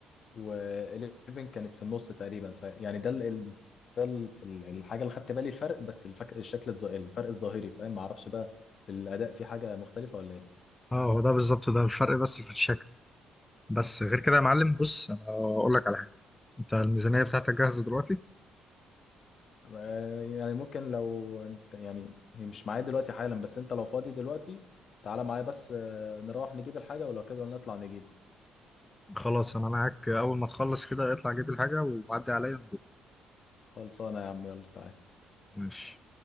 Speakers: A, on the left; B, on the left.
A: و11 كانت في النص تقريبا فيعني ده ال... ال- ده ال- ال- الحاجه اللي خدت بالي الفرق بس الفك... الشكل الظ... الفرق الظاهري فاهم ما اعرفش بقى في الاداء في حاجه مختلفه ولا ايه
B: اه هو ده بالظبط ده الفرق بس في الشكل بس غير كده يا معلم بص انا اقول لك على انت الميزانية بتاعتك جاهزة دلوقتي
A: آه، يعني ممكن لو انت يعني هي مش معايا دلوقتي حالا بس انت لو فاضي دلوقتي تعالى معايا بس آه، نروح نجيب الحاجه ولو كده نطلع نجيبه
B: خلاص انا معاك اول ما تخلص كده اطلع جيب الحاجة وعدي عليا نروح
A: خلصانه يا عم يلا تعالى
B: ماشي